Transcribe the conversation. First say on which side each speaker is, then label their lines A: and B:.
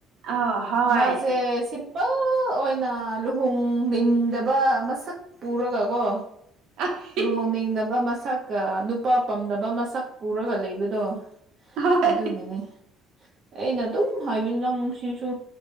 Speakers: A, on the right (about 65°); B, on the right (about 35°).
A: ꯑꯥ ꯍꯣꯏ
B: ꯃꯥꯁꯦ ꯁꯤꯝ ꯄꯜ ꯑꯣꯏꯅ ꯂꯨꯍꯣꯡꯅꯤꯡꯗꯕ ꯃꯁꯛ ꯄꯨꯔꯒꯀꯣ
A: ꯑ
B: ꯂꯨꯍꯣꯡꯅꯤꯡꯗꯕ ꯃꯁꯛꯀ ꯅꯨꯄꯥ ꯄꯝꯗꯕ ꯃꯁꯛ ꯎꯔꯒ ꯂꯩꯕꯗꯣ
A: ꯍꯣꯏ
B: ꯑꯗꯨꯒꯤꯅꯤ ꯑꯩꯅ ꯑꯗꯨꯝ ꯍꯥꯏꯕꯤ ꯅꯪꯁꯤꯁꯨ